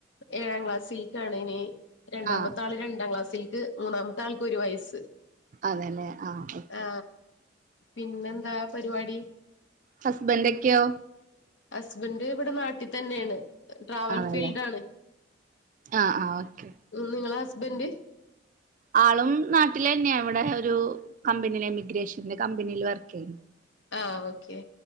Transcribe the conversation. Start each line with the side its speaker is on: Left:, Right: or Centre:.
Left: ഏഴാം ക്ലാസ്സിൽക്കാണ് ഇനി രണ്ടാമത്തെ
Right: ആഹ്
Left: ആള് രണ്ടാം ക്ലാസ്സിൽക്ക് മൂന്നാമത്തെ ആൾക്ക് ഒരു വയസ്സ്
Right: അതെല്ലേ ആഹ് ഓക്കെ
Left: ആ പിന്നെ എന്താ പരിപാടി
Right: ഹസ്ബൻ്റ് ഒക്കെയോ
Left: ഹസ്ബൻ്റ് ഇവിടെ നാട്ടിൽ തന്നെയാണ് ട്രാവൽ
Right: ആണല്ലേ
Left: ഫീൽഡ് ആണ്
Right: ആഹ് ആഹ് ഓക്കെ
Left: നിങ്ങളെ ഹസ്ബന്റ്
Right: ആളും നാട്ടിൽ എന്നെയാ ഇവിടെ ഒരു കമ്പനില് ഇമിഗ്രേഷന്റെ കമ്പനിൽ വർക്ക് ചെയ്യുന്നു
Left: ആ ഓക്കെ